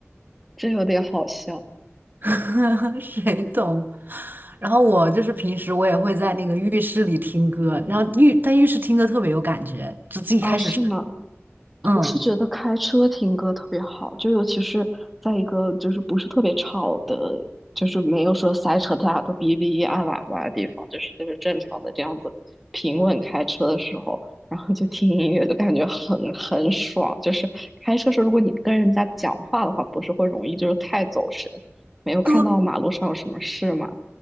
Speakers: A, in the centre; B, on the right (about 45°).
A: 这有点好笑
B: <laughs> 谁懂？然后我就是平时我也会在那个浴室里听歌，然后浴在浴室听歌特别有感觉，就自己开始唱，
A: 哦，是吗？
B: 嗯。
A: 我是觉得开车听歌特别好，就尤其是在一个就是不是特别吵的，就是没有说塞车，大家都哔哔按喇叭的地方，就是就是正常的这样子平稳开车的时候，然后就听音乐，就感觉很很爽。就是开车时候，如果你跟人家讲话的话，不是会容易就是太走神，没有看到马路上有什么事嘛。
B: 对，